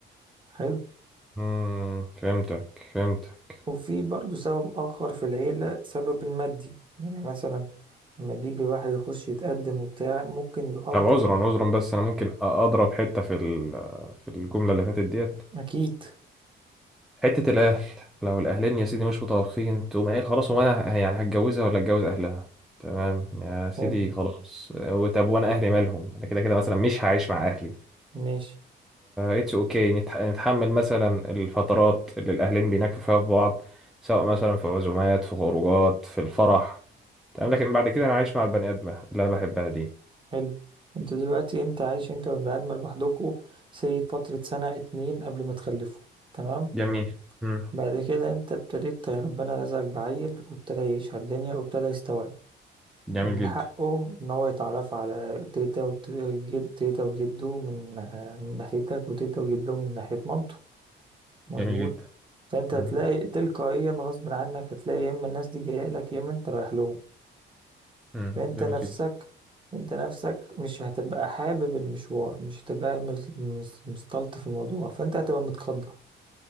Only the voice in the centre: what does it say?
مم. فهمتك فهمتك
طب عذرا عذرا بس أنا ممكن أضرب حتة في ال- في الجملة اللي فاتت ديت
حتة الأهل لو الأهلين يا سيدي مش متوافقين تقوم قايل خلاص هو أنا ه- يعني هتجوزها ولا أتجوز أهلها تمام يا سيدي
خلاص آه، طب وأنا أهلي مالهم أنا كده كده مثلا مش هعيش مع أهلي
اتس أوكي نتح- نتحمل مثلا الفترات اللي الأهلين بيناكفوا فيها في بعض سواء مثلا في عزومات في خروجات في الفرح تمام لكن بعد كده أنا عايش مع البني آدمة اللي أنا بحبها دي
جميل مم.
جميل
جدا
جميل جدا
مم.
مم.
جميل
جدا